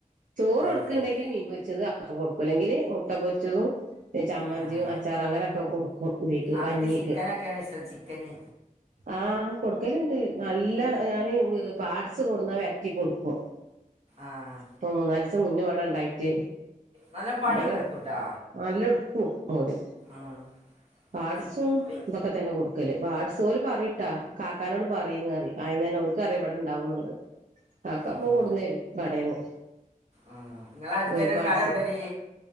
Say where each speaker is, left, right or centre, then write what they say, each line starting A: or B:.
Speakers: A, on the right; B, on the right.
A: ചോറ്
B: അത്
A: കൊടുക്ക്ണ്ടെങ്കിൽ
B: ശരി
A: മീൻപൊച്ചത് കൊടുക്കുല്ലെങ്കിൽ മുട്ട പൊരിച്ചതും ചമ്മന്തിയും
B: ആഹ്
A: അച്ചാറും അങ്ങനെയൊക്കെ കൊടുക്കും ഇതിക്ക്
B: അവർക്ക്
A: കഞ്ഞി
B: ചിക്കനൊക്കെയാണ് ഇഷ്ടം ചിക്കന്
A: ആഹ് കൊടുക്കല്ണ്ട് നല്ല ഞാന് പാട്സ് കൊടുന്നാ വര്ട്ടി കൊടുക്കും
B: ആഹ്
A: ഇപ്പൊ മൂന്നാല് ദിവസം മുന്ന ഇവിടെ ഇണ്ടായിട്ട്
B: നല്ല പണിയൊക്കെ
A: ഇവിടെ
B: എടുക്കൂട്ടാ
A: നല്ല എട്ക്കും ഓര്
B: ആഹ്
A: പാട്സും
B: ചിക്ക്
A: ഇതൊക്കെ തന്നെ കൊടുക്കല് പാട്സ് ഓല് പറിട്ടാ കാക്കാനോട് പറീന്നറിം ആയിതന്നെ ഓർക്കറിം ഇവിടെണ്ടാവുന്ന്ള്ള കാക്കപ്പം
B: ഉം
A: കൊട്ന്നരും കടേന്ന്
B: ആഹ് നിങ്ങളെ അടുത്ത്
A: കോയിപ്പാട്സ്
B: തന്നെയാണ് കട എവിടെടി